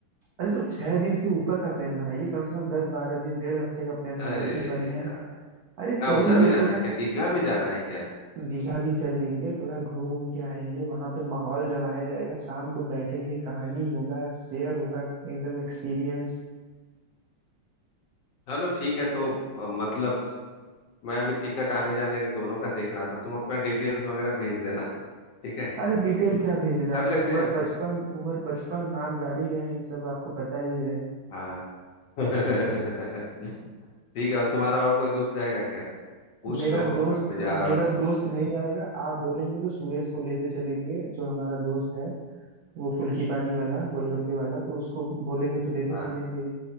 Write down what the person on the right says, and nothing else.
अरे तो छह दिन से ऊपर का प्लान बनाइए कम से कम दस बारह दिन डेढ़ हफ्ते का प्लान बनाइए
बढ़िया
अरे चलेंगे
थोड़ा
दीघा भी चल लेंगे थोड़ा घूम घूम के आएंगे वहां पे माहौल जमाया जाएगा शाम को बैठेंगे कहानी होगा शेयर होगा एकदम एक्सपीरियंस
अरे डिटेल क्या भेजना
है
उम्र
पचपन
उम्र पचपन नाम जान ही रहे हैं सब आपको पता ही है
मेरा
दोस्त
मेरा
दोस्त नहीं जाएगा आप बोलेंगे तो सुरेश को लेते चलेंगे जो हमारा दोस्त है वो फुल्की पानी वाला गोलगप्पे वाला तो उसको बोलेंगे तो लेते
चलेंगे